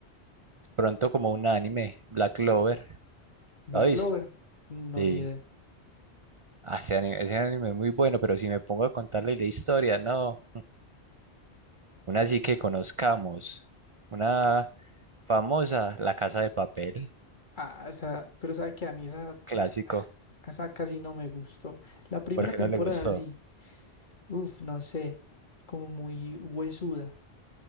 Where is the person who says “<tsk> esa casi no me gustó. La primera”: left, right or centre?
Left